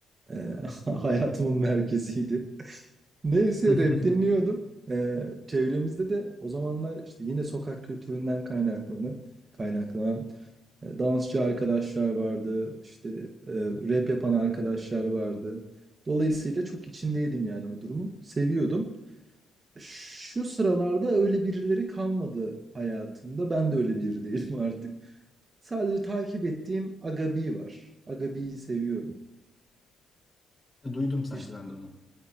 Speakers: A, on the right; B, on the left.
A: e, <laughs> hayatımın merkeziydi. Neyse
B: <laughs>
A: rap dinliyordum. Ee, çevremizde de o zamanlar işte yine sokak kültüründen kaynaklanan, kaynaklanan e, dansçı arkadaşlar vardı. işte e, rap yapan arkadaşlar vardı. Dolayısıyla çok içindeydim yani o durumu. Seviyordum. Şu sıralarda öyle birileri kalmadı hayatımda. Ben de öyle biri değilim <laughs> artık. Sadece takip ettiğim Agabi var. Agabi'yi seviyorum.
B: Duydum sanki
A: Hiç
B: ben de onu.